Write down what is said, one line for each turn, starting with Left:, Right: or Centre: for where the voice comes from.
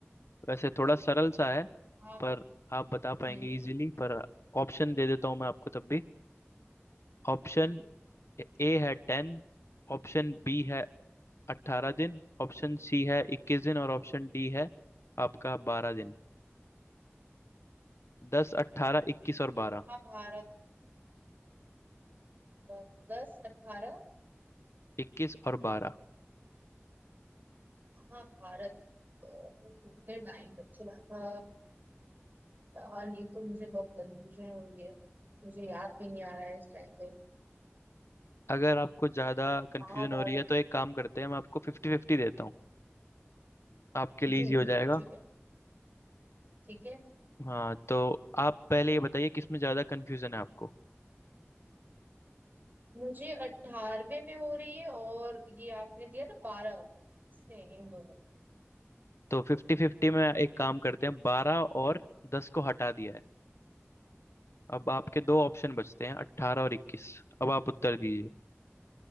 Left: वैसे थोड़ा सरल सा है
Right: आप
Left: पर आप बता पाएंगे
Right: हम्म हम्म,
Left: इजीली पर ऑप्शन दे देता हूँ मैं आपको तब भी ऑप्शन
Right: जी
Left: ए है टेन ऑप्शन बी है अट्ठारह दिन ऑप्शन सी है इक्कीस दिन और ऑप्शन डी है आपका बारह दिन दस अट्ठारह इक्कीस और बारह
Right: हाँ भारत अ, दस अठारह
Left: इक्कीस और बारह
Right: हाँ भारत तो कितने टाइम तक चला था और ये तो मुझे बहुत कंफ्यूजन हो रही है मुझे याद भी नहीं आ रहा है इस टाइम पे
Left: अगर आपको ज़्यादा कंफ्यूजन
Right: कहाँ
Left: हो
Right: भारत
Left: रही है तो एक काम करते हैं मैं आपको फिफ्टी फिफ्टी देता हूँ आपके लिए
Right: जी
Left: इजी हो
Right: जी
Left: जाएगा
Right: ठीक है ठीक है
Left: हाँ तो आप पहले ये बताइए किसमें ज़्यादा कन्फ्यूजन है आपको
Right: मुझे अठारहवें में हो रही है और ये आपने दिया ना बारह से इन दोनों
Left: तो फिफ्टी फिफ्टी में एक काम करते हैं बारह और दस को हटा दिया है अब आपके दो ऑप्शन बचते हैं अट्ठारह और इक्कीस अब आप उत्तर दीजिए